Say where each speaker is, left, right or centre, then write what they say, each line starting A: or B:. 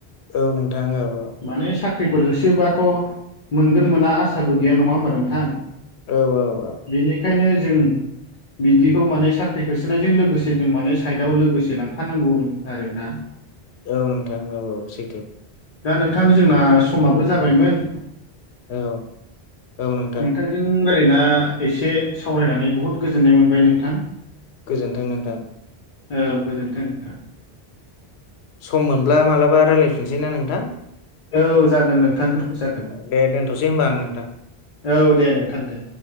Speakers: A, on the left; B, on the left.
A: औ नोंथां औ औ।
B: माने साख्रिफोर होसोबाथ' मोनगोन मोना आससाबो गैया नङा होमबा नोंथां।
A: औ औ
B: बिनिखायनो जों बिदिखौ माने साख्रि होसोनायजों लोगोसे जों माने साइदआव लोगोसे लांफानांगौनो आरो ना।
A: औ नोंथां औ औ सैथो।
B: दा नोंथां जोंना समाबो जाबायमोन।
A: औ। औ नोंथां
B: नोंथांजों राय्लायना एसे सावरायनानै बहुद गोजोननाय मोनबाय नोंथां।
A: गोजोन्थों नोंथां।
B: औ गोजोन्थों नोंथां।
A: सम मोनब्ला मालाबा रायज्लायफिनोसै ना नोंथां।
B: औ जागोन नोंथां जागोन।
A: दे दोनथ'सै होमबा आं नोंथां
B: औ दे नोंथां दे।